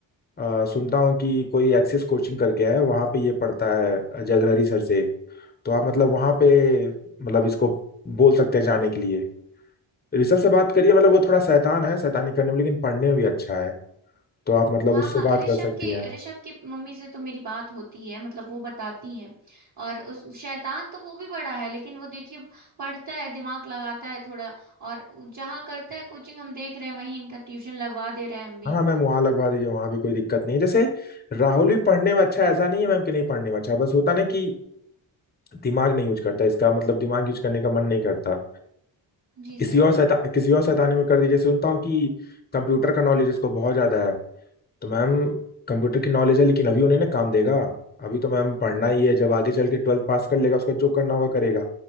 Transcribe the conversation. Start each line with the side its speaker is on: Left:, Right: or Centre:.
Left: अ, सुनता हूँ कि कोई एक्सिस कोचिंग करके है वहाँ पे ये पढ़ता है जगहरी सर से तो आप मतलब वहाँ पे मतलब इसको बोल सकते हैं जाने के लिए ऋषभ से बात करिए मतलब वो थोड़ा शैतान है शैतानी करने में लेकिन पढ़ने में भी अच्छा है तो आप मतलब
Right: हाँ
Left: उससे
Right: हाँ
Left: बात
Right: ऋषभ
Left: कर सकती
Right: के
Left: हैं
Right: ऋषभ की मम्मी से तो मेरी बात होती है मतलब वो बताती हैं और उस शैतान तो वो भी बड़ा है लेकिन वो देखिए पढ़ता है दिमाग लगाता है थोड़ा और जहाँ करता है कोचिंग हम देख रहे हैं वहीं इनका ट्यूशन लगवा दे रहे हैं हम भी
Left: हाँ हाँ मैम वहाँ लगवा दीजिए वहाँ भी कोई दिक्कत नहीं है जैसे राहुल भी पढ़ने में अच्छा है ऐसा नहीं है मैम कि नहीं पढ़ने में अच्छा है बस होता ना कि दिमाग नहीं यूज करता इसका मतलब दिमाग यूज करने का मन नहीं करता
Right: जी
Left: किसी
Right: सर
Left: और शैता किसी और शैतानी में कर दीजिए सुनता हूँ कि कंप्यूटर का नॉलेज इसको बहुत ज्यादा है तो मैम कंप्यूटर की नॉलेज है लेकिन अभी उन्हें ना काम देगा अभी तो मैम पढ़ना ही है जब आगे चल के ट्वेल्थ पास कर लेगा उसका जो करना होगा करेगा